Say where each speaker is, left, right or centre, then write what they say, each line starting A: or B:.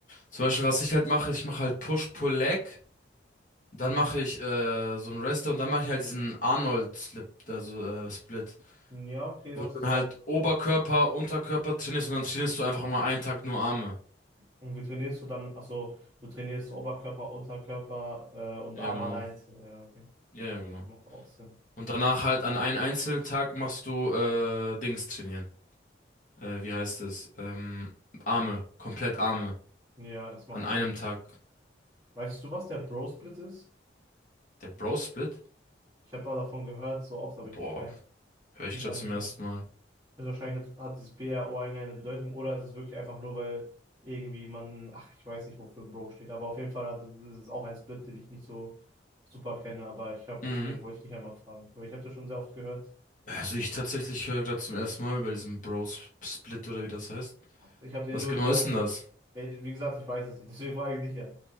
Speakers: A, on the left (about 45°); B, on the right (about 20°).
A: Zum Beispiel, was ich halt mache, ich mache halt Push-Pull-Leg, dann
B: Mhm.
A: mache ich äh, so einen Rest Day und dann mache ich halt diesen Arnold-Slip, also äh, Split.
B: Ja, okay,
A: Wo
B: das
A: du
B: ist
A: dann
B: auch
A: halt
B: lustig.
A: Oberkörper, Unterkörper trainierst und dann trainierst du einfach mal einen Tag nur Arme.
B: Und wie trainierst du dann? Achso, du trainierst Oberkörper, Unterkörper äh, und
A: Ja,
B: Arm
A: genau.
B: allein. Ja, okay.
A: Ja, ja, genau.
B: Macht auch Sinn.
A: Und danach halt an einem einzelnen Tag machst du äh, Dings trainieren. Äh, wie heißt es? Ähm, Arme, komplett Arme.
B: Ja, das macht
A: An einem
B: Sinn.
A: Tag.
B: Weißt du, was der Bro-Split ist?
A: Der Bro-Split?
B: Ich habe aber davon gehört, so oft, aber ich
A: Boah,
B: habe keinen.
A: höre
B: Ich
A: ich
B: kann
A: gerade
B: mich da nicht
A: zum ersten
B: sagen.
A: Mal.
B: Also wahrscheinlich hat, hat dieses B R O irgendeine Bedeutung oder ist es wirklich einfach nur, weil irgendwie man, ach, ich weiß nicht, wofür Bro steht, aber auf jeden Fall hat, ist es auch ein Split, den ich nicht so super kenne, aber ich habe deswegen
A: Mhm.
B: wollte ich dich einmal fragen, weil ich habe das schon sehr oft gehört.
A: Also ich tatsächlich höre gerade zum ersten Mal über diesen Bros Split oder wie das heißt.
B: Ich habe den
A: Was
B: nur
A: genau
B: sehr
A: ist
B: oft
A: denn das?
B: gehört. Ja, wie gesagt, ich weiß es nicht, <laughs> deswegen frage ich dich ja.